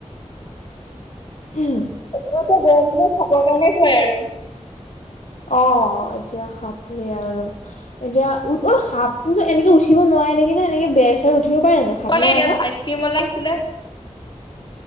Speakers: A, on the left; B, on the left.
A: উহম্
B: এতিয়াটো গৰম দিনত সাপৰ কাৰণে ভয় আৰু।
A: অ' এতিয়া সাপ সেইয়া আৰু। এতিয়া উঠ, অ' সাপ কিন্তু এনেকে উঠিব নোৱাৰে নেকি, নে এনেকে বেৰ চেৰ উঠিব পাৰে জানো সাপ
B: মানে
A: নোৱাৰে
B: ইয়াত
A: ন
B: আইচক্ৰীম আলা আহিছিলে।